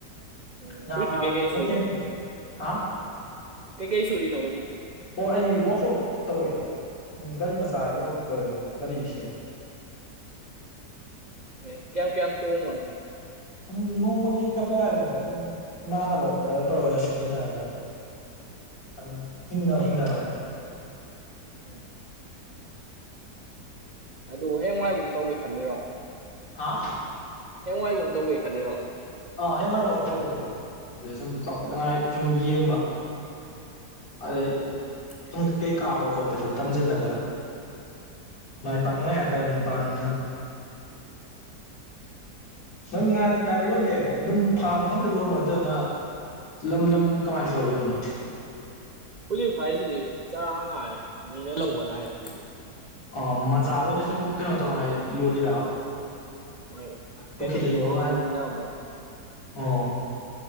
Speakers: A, on the right; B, on the left.
A: ꯎꯝ
B: ꯉꯥ
A: ꯍꯨꯏꯗꯤ
B: ꯐꯥꯕꯁꯨ
A: ꯀꯩꯀꯩ
B: ꯃꯊꯦꯜ
A: ꯁꯨꯔꯤ
B: ꯑꯃꯅꯦ ꯍꯥ
A: ꯀꯩꯀꯩ ꯁꯨꯔꯤꯅꯣ ꯍꯧꯖꯤꯛꯇꯤ
B: ꯑꯣ ꯑꯩ ꯋꯥꯛꯁꯣꯞ ꯇꯧꯋꯦ ꯎꯝ ꯒꯥꯔꯤ ꯃꯆꯥꯒꯤ ꯋꯥꯛꯁꯣꯞ ꯇꯧꯋꯦ ꯑꯗꯨ ꯒꯥꯔꯤ ꯁꯦꯝ
A: ꯎꯝ ꯀꯌꯥꯝ ꯀꯌꯥꯝ ꯇꯣꯡ
B: ꯑꯨꯝ ꯅꯣꯡꯃꯒꯤ ꯈꯛ ꯈꯔ ꯍꯥꯏꯗꯅꯤꯗ ꯑꯗꯨꯝ ꯏꯃꯥꯟꯅꯕ ꯈꯔ ꯇꯧꯔꯒ ꯁꯨꯃꯤꯟꯅꯔꯒ ꯑꯗꯨꯝ ꯍꯤꯡꯅꯕ ꯍꯤꯡꯅꯕ ꯍꯥꯏꯗꯨꯅꯤ
A: ꯎꯝ ꯑꯗꯨ ꯍꯌꯦꯡꯋꯥꯏꯕꯧ ꯇꯧꯒꯦ ꯈꯜꯂꯤꯔꯣ
B: ꯍꯥꯥ
A: ꯍꯦꯡꯡꯋꯥꯏꯕꯧ ꯇꯧꯒꯦ ꯈꯜꯂꯤꯔꯣ
B: ꯑꯥ ꯍꯌꯦꯡꯋꯥꯏ ꯐꯥꯎ <inaudible> ꯑꯗꯨ ꯁꯨꯝ ꯆꯥꯎꯈꯠꯅꯤꯉꯥꯏ ꯁꯨꯝ ꯌꯦꯡꯕ ꯑꯗꯩ
A: ꯎꯝ
B: ꯀ <unintelligible> ꯀꯥꯞꯄ ꯈꯣꯠꯄꯁꯨ ꯇꯝꯖꯤꯜꯂꯒ ꯃꯥꯏ ꯄꯥꯛꯅꯥꯏ ꯍꯥꯏꯇꯥꯔꯦ ꯅꯨꯄꯥꯅꯤꯅ ꯅꯪ ꯉꯥꯗꯤ ꯀꯥꯏꯗ ꯌꯣꯟꯒꯦ ꯑꯗꯨꯝ ꯐꯥ ꯃꯐꯝꯗ ꯌꯣꯟꯕ ꯅꯠꯇꯅ ꯂꯝ ꯂꯝ ꯀꯃꯥꯏꯅ ꯇꯧꯔ ꯌꯣꯟꯕꯅꯣ
A: ꯍꯧꯖꯤꯛ ꯐꯥꯏꯁꯤꯗꯤ ꯆꯔꯥ ꯉꯥꯅꯤ ꯃꯤꯅ ꯂꯧꯕ ꯂꯥꯛꯑꯦ ꯁꯤꯗꯤ
B: ꯑꯥ ꯃꯠ ꯆꯥ ꯑꯣꯏꯅ ꯁꯨꯝ ꯀꯩꯅꯣ ꯇꯧꯅꯉꯥꯏ ꯌꯣꯜꯂꯤꯔꯕ
A: ꯍꯣꯏ
B: ꯄꯨꯈ꯭ꯔꯤꯗ
A: ꯀꯩꯅꯣ ꯌꯣꯛꯉꯥꯏ
B: ꯌꯣꯛꯅꯉꯥꯏ
A: ꯃꯤꯅ ꯑꯃꯨꯛ
B: ꯑꯣ